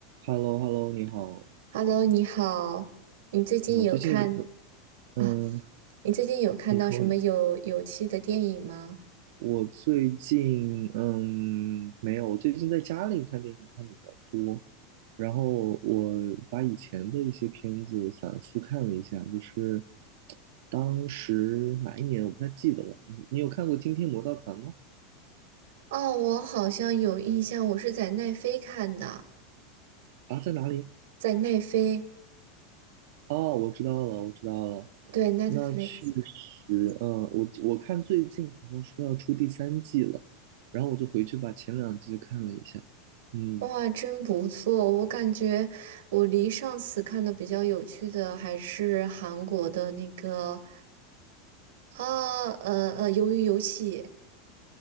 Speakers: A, on the right (about 55°); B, on the right (about 75°).
A: h e l l o h e l l o 你好，
B: Hello，你好，你最近有看
A: 你好，最近有什么？嗯，
B: 啊？你最近有看到什么有有趣的电影吗？
A: 你说呢？我最近嗯没有，我最近在家里看电影看的比较多，然后我把以前的一些片子反复看了一下，就是当时哪一年我不太记得了。你你有看过《惊天魔盗团》吗？
B: 哦，我好像有印象，我是在奈飞看的，
A: 啊，在哪里？
B: 在奈飞，
A: 哦，我知道了，我知道了，
B: 对，Netflix。
A: 那确实，嗯，我我看最近好像说要出第三季了，然后我就回去把前两季看了一下，嗯，
B: 哇，真不错！我感觉我离上次看的比较有趣的还是韩国的那个，啊，呃呃，《鱿鱼游戏》